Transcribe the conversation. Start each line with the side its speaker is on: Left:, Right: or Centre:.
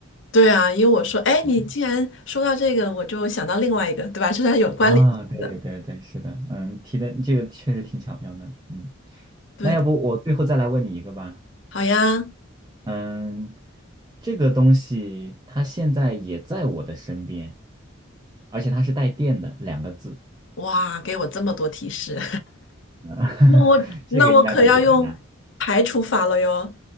Left: 对啊，因为我说，哎，
Right: 对对
Left: 你既然说到这个，我就想到另外一个，对吧？这是有关联性的。
Right: 啊，对对对对，是的，嗯，提的这个确实挺巧妙的，嗯，
Left: 对的，
Right: 那要不我最后再来问你一个吧，
Left: 好呀，
Right: 嗯，这个东西它现在也在我的身边，而且它是带电的两个字，
Left: 哇，给我这么多提示。
Right: <laughs>
Left: 那我那我可要用排除法了哟，
Right: 这个应该比较简单，